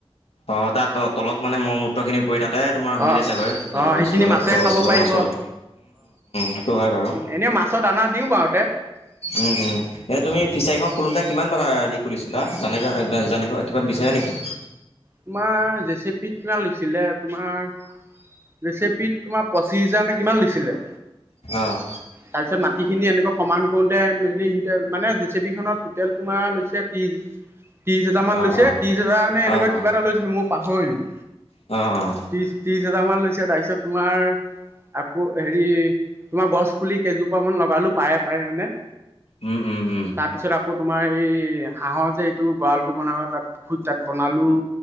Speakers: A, on the left; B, on the right.
A: অ', তাত তলত মানে মল মূত্ৰ খিনি পৰি তাতে তোমাৰ হৈ
B: অ'
A: যায় চাগৈ
B: অ' সেইখিনি
A: বস্তুবালপ
B: মাছে
A: খোৱা
B: খাব
A: বস্তুবাল
B: পাৰিব
A: মাছৰ। সেইটো হয় বাৰু।
B: এনেই মাছত অনা দিও বাৰুতে।
A: উম, উম। এতিয়া তুমি ফিচাৰীখন খোলোতে কিমান টকা দি খুলিছিলা জানিবা, জানিবা কিবা বিচাৰো নেকি।
B: তোমাৰ জেচেপিত কিমান লৈছিলে তোমাৰ জেচেপিত তোমাৰ পঁচিছ হাজাৰ নে কিমান লৈছিলে।
A: অহ।
B: তাৰ পিছত মাটি খিনি এনেকৈ সমান কৰোতে মানে জেচিপি খনত টোতেল তোমাৰ লৈছে ত্ৰিছ ত্ৰিশ হাজাৰ মান
A: অঁ
B: লৈছে
A: অঁ
B: ত্ৰিশ হাজাৰ মানে
A: অ',
B: এনেকুৱা
A: অ',
B: কিবা এটা লৈছিলো মই পাহৰিলোঁ।
A: অ', অ'।
B: ত্ৰিশ, ত্ৰিশ হাজাৰ মান লৈছে তাৰপিছত তোমাৰ আকৌ হেৰি তোমাৰ গছ পুলি কেইজোপা মান লগালো পাৰে, পাৰে মানে
A: উম, উম। উম,
B: তাৰপিছত আকৌ তোমাৰ এই হাঁহৰ যে এইটো গঁৰা়লটো বনাবা তাত পুখুৰীত তাক বনালোঁ